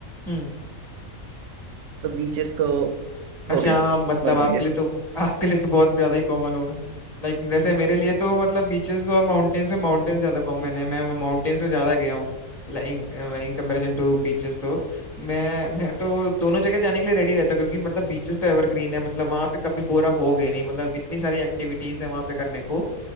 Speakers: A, in the centre; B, on the right.
A: हम्म।
B: तो बीचेस तो
A: अच्छा
B: हो गया
A: हाँ मतलब
B: मन
A: आपके
B: उड़ गया
A: लिए तो आपके लिए तो बहुत ज्यादा ही कॉमन होगा लाइक जैसे मेरे लिए तो मतलब बीचेस और माउंटेन्स में माउंटेन्स ज्यादा कॉमन है मैं माउंटेन्स में ज्यादा गया हूँ इन कंपैरिजन टू बीचेस तो मैं मैं तो दोनों जगह जाने के लिए रेडी रहता हूँ क्योंकि मतलब बीचेस तो एवरग्रीन है मतलब वहाँ पे कभी बोर आप होगे नहीं मतलब इतनी सारी एक्टिविटीज है वहाँ पे करने को